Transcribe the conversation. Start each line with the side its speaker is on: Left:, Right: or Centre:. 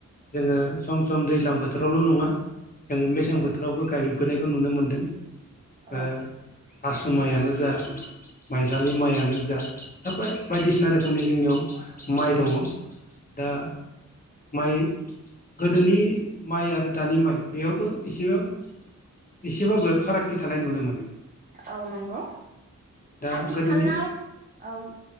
Left: जोङो सम सम दैज्लां बोथोरावल' नङा जोङो मेसें बोथोरावबो गायबोनायखौ नुनो मोनदों । दों
Right: औ
Left: ओ आसासु माइयानो जा माइसालि माइयानो जा दा--दा बायदिसिना रोखोमनि जोंनियाव माइ दङ दा। माइ---गोदोनि माइ आरो दानि माइ बेयावबो इसेबां एसेबाबो फारागथि थानाय नुनो मोनो।
Right: औ नंगौ
Left: दा
Right: आथिखालाव
Left: गोदोनि
Right: औ